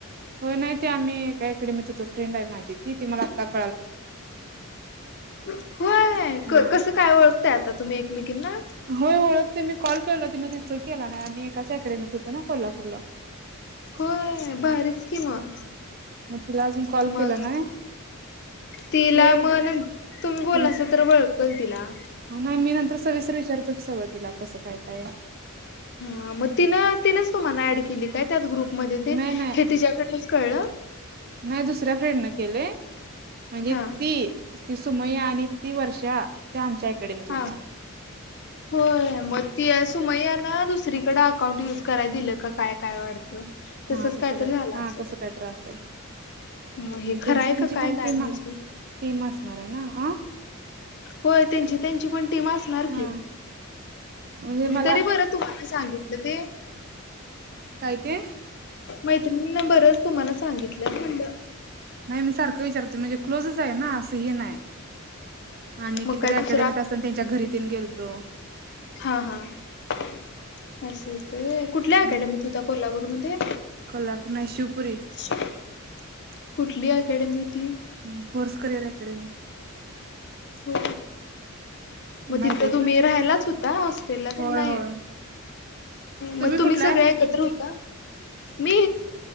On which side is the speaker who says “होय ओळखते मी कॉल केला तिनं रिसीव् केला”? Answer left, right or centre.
Right